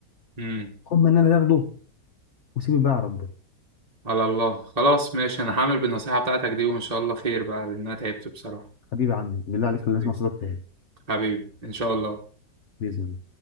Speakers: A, on the right; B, on the left.
A: ايوه
B: خد من اللي انا اللي اخده وسيبي بقى يا رب
A: على الله خلاص ماشي انا هعمل بالنصيحة بتاعتك دي وان شاء الله خير بقى لان انا تعبت بصراحة
B: حبيبي يا عمي بالله عليك خلينا
A: حبيبي
B: نسمع صوتك تاني
A: حبيبي ان شاء الله
B: باذن الله